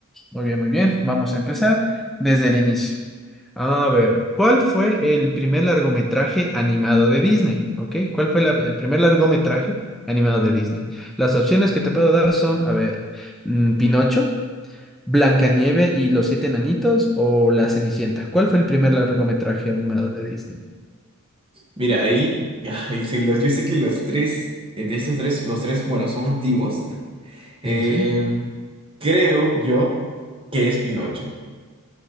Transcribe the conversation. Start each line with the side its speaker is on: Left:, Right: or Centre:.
Centre: Muy bien, muy bien. Vamos a empezar desde el inicio. A ver, ¿cuál fue el primer largometraje animado de Disney? ¿Ok? ¿Cuál fue la- el primer largometraje animado de Disney? Las opciones que te puedo dar son, a ver, mm, Pinocho. Blancanieve y los siete enanitos o La Cenicienta? ¿Cuál fue el primer largometraje animado de Disney?
Right: Mira, ahí, ay, sí, los, yo sé que los tres, entre estos tres, los tres, bueno, son antiguos. No. Em,
Centre: Sí, sí. sí.
Right: creo yo que es Pinocho.